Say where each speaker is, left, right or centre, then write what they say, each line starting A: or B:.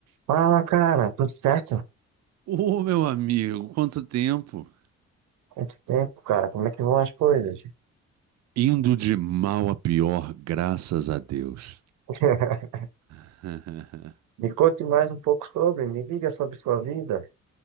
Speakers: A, on the right; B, on the right.
A: Fala, cara, tudo certo?
B: Ô, meu amigo, quanto tempo!
A: Quanto tempo, cara? Como é que vão as coisas?
B: Indo de mal a pior, graças a Deus.
A: <laughs>
B: <laughs>
A: Me conte mais um pouco sobre, me diga sobre sua vida.